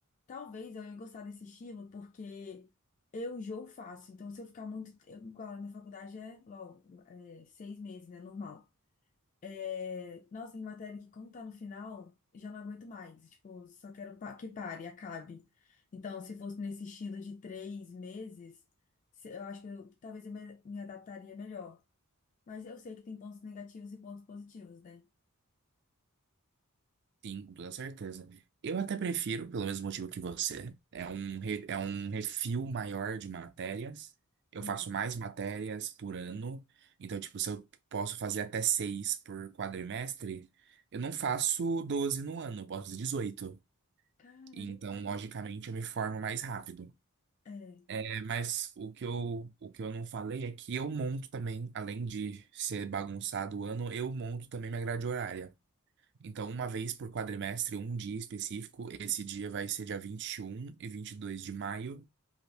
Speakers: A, on the left (about 35°); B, on the right (about 50°).
A: Talvez eu ia gostar desse estilo porque eu enjoo fácil. Então, se eu ficar muito. Eu, igual na faculdade é logo, é, seis meses, né? Normal. É, nossa, em matéria que quando tá no final, já não aguento mais. Tipo, só quero pa- que pare, acabe. Então, se fosse nesse estilo de três meses, se- eu acho que eu- talvez eu me, me adaptaria melhor. Mas eu sei que tem pontos negativos e pontos positivos, né?
B: Sim, com toda certeza. Eu até prefiro, pelo mesmo motivo que você. É um, re- é um refil maior de matérias. Eu
A: Uhum.
B: faço mais matérias por ano. Então, tipo, se eu posso fazer até seis por quadrimestre, eu não faço 12 no ano, eu posso fazer 18.
A: Cara,
B: Então,
A: é verdade.
B: logicamente, eu me formo mais rápido.
A: É.
B: É, Mas o que eu, o que eu não falei é que eu monto também, além de ser bagunçado o ano, eu monto também minha grade horária. Então, uma vez por quadrimestre, um dia específico, esse dia vai ser dia vinte e um e e 22 de maio,